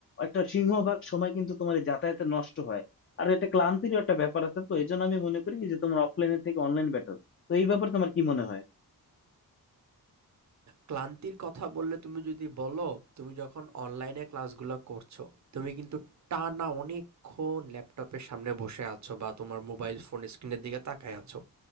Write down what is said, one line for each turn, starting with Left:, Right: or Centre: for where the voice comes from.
Left: একটা সিংহভাগ সময় কিন্তু তোমার এই যাতায়াতে নষ্ট হয় আর এটা ক্লান্তির একটা ব্যাপার আছে তো এই জন্য আমি মনে করি যে তোমার অফলাইনের থেকে অনলাইন বেটার তো এই ব্যাপারে তোমার কি মনে হয়
Right: ক্লান্তির কথা বললে তুমি যদি বলো তুমি যখন অনলাইনে ক্লাসগুলো করছো তুমি কিন্তু টানা অনেকক্ষণ ল্যাপটপের সামনে বসে আছো বা তোমার মোবাইল ফোন স্ক্রিনের দিকে তাকায় আছো